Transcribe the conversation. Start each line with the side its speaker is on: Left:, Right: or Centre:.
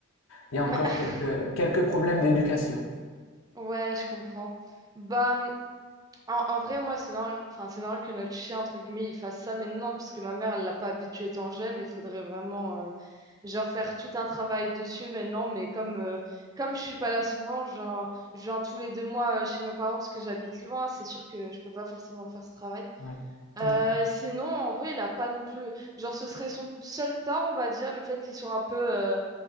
Left: il y a encore
Right: <laughs>
Left: quelques, quelques problèmes d'éducation.
Right: Ouais, je comprends. Bah, En, en vrai, moi, c'est normal, enfin, c'est normal que notre chien, entre guillemets, il fasse ça maintenant, puisque ma mère, elle l'a pas habitué étant jeune. Il faudrait vraiment, euh, genre, faire tout un travail dessus maintenant. Mais comme, euh, comme je suis pas là souvent, genre, je viens tous les deux mois euh, chez mes parents parce que j'habite loin, c'est sûr que je peux pas forcément faire ce travail.
Left: Ouais, tout
Right: Euh,
Left: à fait.
Right: sinon, en vrai, il a pas non plus, genre, ce serait son seul tort, on va dire, le fait qu'il soit un peu, euh,